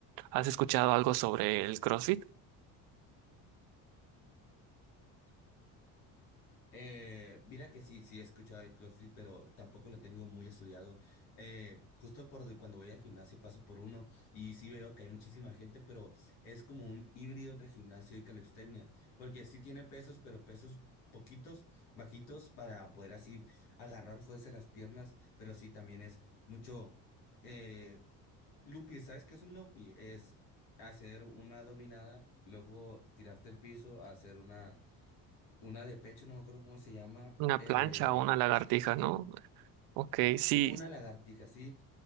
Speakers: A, on the right; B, on the left.
A: ¿Has escuchado algo sobre el CrossFit?
B: Eh, mira que sí, sí he escuchado el CrossFit, pero tampoco lo tengo muy estudiado. Eh, justo por de- cuando voy al gimnasio paso por uno y sí veo que hay muchísima gente, pero es como un híbrido entre gimnasio y calistenia, porque sí tiene pesos, pero pesos poquitos, bajitos para poder así agarrar fuerza en las piernas, pero sí también es mucho eh, looping. ¿Sabes qué es un looping? Es hacer una dominada, luego tirarte al piso, hacer una una de pecho, no me acuerdo cómo se llama,
A: Una
B: eh,
A: plancha o una lagartija, ¿no? Ok, sí,
B: una lagartija, sí,